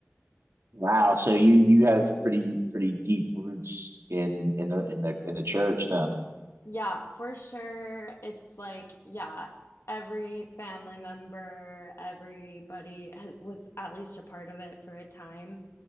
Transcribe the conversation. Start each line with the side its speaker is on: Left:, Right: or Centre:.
Right: Wow, so you you have pretty pretty deep roots in in the in the in the church then.
Left: Yeah, for sure. It's like, yeah, every family member, everybody ha- was at least a part of it for a time.